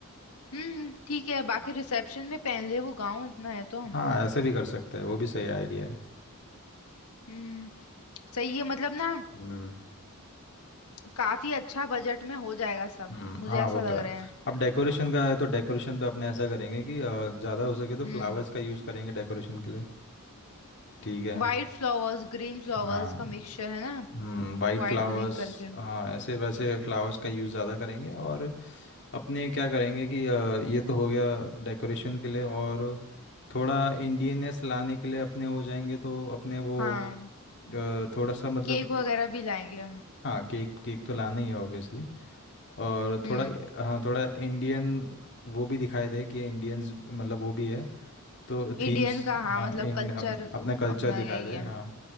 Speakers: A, on the left; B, on the left.
A: हम्म ठीक है बाकी रिसेप्शन में पहन ले वो गाउन इतना है तो
B: हाँ ऐसे भी कर सकते हैं वो भी सही आइडिया है
A: हम्म सही है मतलब ना
B: हम्म
A: काफी अच्छा बजट में हो जाएगा सब
B: हम्म
A: मुझे
B: हाँ
A: ऐसा
B: वो तो
A: लग
B: है
A: रहा है
B: अब डेकोरेशन का है तो डेकोरेशन पे अपने ऐसा करेंगे कि ज़्यादा हो सके तो फ्लावर्स
A: हम्म
B: का यूज़ करेंगे डेकोरेशन के लिए ठीक है
A: वाइट फ्लावर्स ग्रीन फ्लावर्स
B: हाँ
A: का मिक्सचर है ना
B: हम्म वाइट
A: वाइट
B: फ्लावर्स
A: ग्रीन करके
B: हाँ ऐसे वैसे फ्लावर्स का यूज़ ज़्यादा करेंगे और अपने क्या करेंगे कि अ, ये तो हो गया डेकोरेशन के लिए और थोड़ा इंडियननेस लाने के लिए अपने हो जाएंगे तो अपने वो
A: हाँ
B: अ, थोड़ा सा मतलब
A: केक वगैरह भी लाएंगे हम
B: हाँ केक केक तो लाना ही है ऑब्वियसली और
A: हम्म
B: थोड़ा हाँ थोड़ा इंडियन वो भी दिखाई दे कि इंडियंस मतलब वो भी है तो
A: इंडियन
B: थीम्स
A: का हाँ
B: हाँ
A: मतलब
B: इन
A: कल्चर
B: अप, अपना कल्चर
A: अपना
B: दिखाई
A: है
B: दे
A: ये
B: हाँ